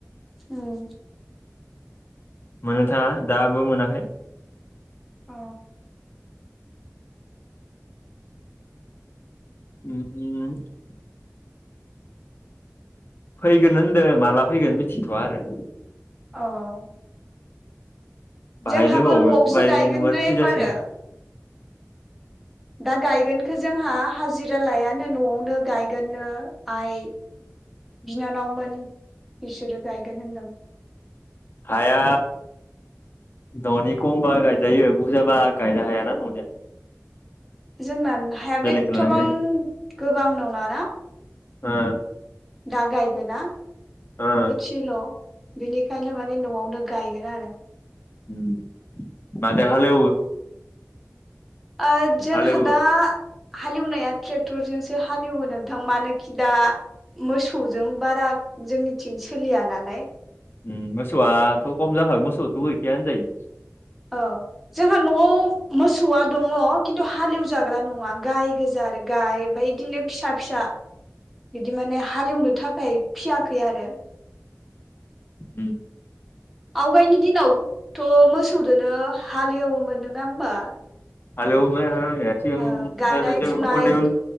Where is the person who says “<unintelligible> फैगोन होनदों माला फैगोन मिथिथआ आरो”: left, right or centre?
Left